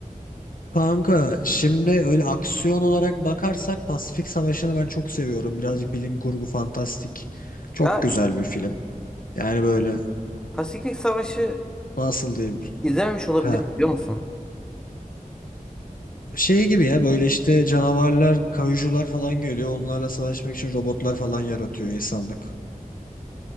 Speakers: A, on the left; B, in the centre.
A: Kanka şimdi öyle aksiyon olarak bakarsak Pasifik Savaşı'nı ben çok seviyorum. Birazcık bilim kurgu fantastik. Çok
B: Ya
A: güzel bir film. Yani böyle
B: Pasifik Savaşı
A: nasıl diyeyim?
B: izlememiş olabilirim
A: Ha.
B: biliyor musun?
A: Şey gibi ya böyle işte canavarlar, kayucular falan geliyor. Onlarla savaşmak için robotlar falan yaratıyor insanlık.